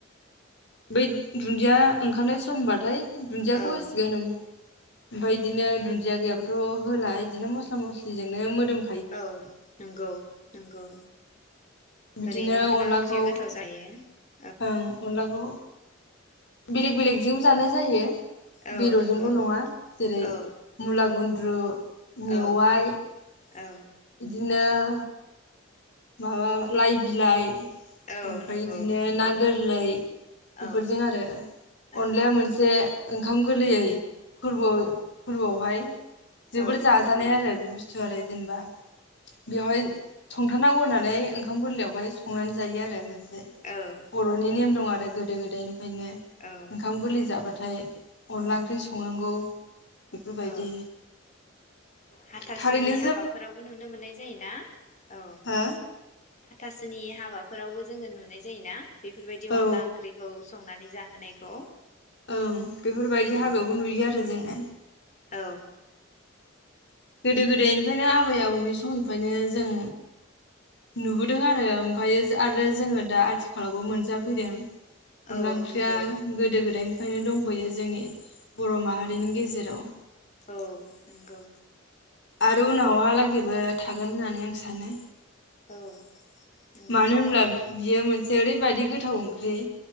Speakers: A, on the left (about 60°); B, on the left (about 35°).
A: बै दुन्दिया ओंखारनाय समबाथाय दुनदियाखौ
B: औ
A: होसिगोन ओन ओमफ्राय बिदिनो दुन्दिया गैयाबाथ' होला बिदिनो मस्ला मस्लिजोंनो मोदोम
B: औ नंगौ नंगौ।
A: बिदिनो
B: ओरैनो अनला
A: अनलाखौ
B: ओंख्रिया गोथाव जाखायो।
A: ओं अनलाखौ बेलेग बेलेगजों जानाय जायो।
B: औ
A: बेदरजोंल'
B: नंगौ
A: नङा जेरै
B: औ
A: मुला गुन <unintelligible> मेवाइ
B: औ
A: बिदिनो
B: औ
A: <unintelligible> माबा लाइ बिलाइ
B: औ
A: ओमफ्राय
B: नंगौ
A: इदिनो ना गोरलै <inaudible> बेफोरजों
B: औ
A: आरो
B: औ
A: अनलाया मोनसे ओंखाम गोरलैयै फोरबोआव फोरबोआवहाय जोबोर
B: औ
A: जाजानाय आरो बुस्थु आरो जेनेबा बेवहाय संथारनांगौ होननानै ओंखाम गोरलैयावहाय संनानै जायो आरो मोनस से
B: औ
A: बर'नि नेम
B: नंगौ
A: दं आरो गोदो गोदायनिफ्रायनो
B: औ
A: ओंखाम गोरलै जाबा थाय अनला
B: औ
A: ओंख्रि संनांगौ। बेफोरबायदि
B: औ हाथासुनि
A: थारैनो
B: हाबाफोरावबो नुनो मोननाय जायोना? औ
A: हा?
B: हाथासुनि हाबाफोरावबो जोङो नुनाय जायोना? बेफोरबायदि
A: हो औ
B: अनला ओंख्रिखौ संनानै जाहोनायखौ।
A: ओं बेफोरबायदि
B: औ
A: हाबायावबो नुयो आरो जोङो।
B: औ।
A: गोदो गोदायनिफ्रायनो आबै आबौनि समनिफ्रायनो जों नुबोदों आरो ओमफायो आरो जोङो दा आथिखालावबो मोनजाफैदों। अनला
B: औ
A: ओंख्रिया
B: नंगौ
A: गोदो गोदायनि ओंखायनो दंबोयो जोंनि बर' माहारिनि गेजेराव।
B: औ नोंगौ।
A: आरो उनावहा लागि बो थागोन होननानै आं सानो।
B: औ नंगौ
A: मानो
B: थारैनो
A: होनब्ला बियो मोनसे ओरैबादि गोथाव ओंख्रि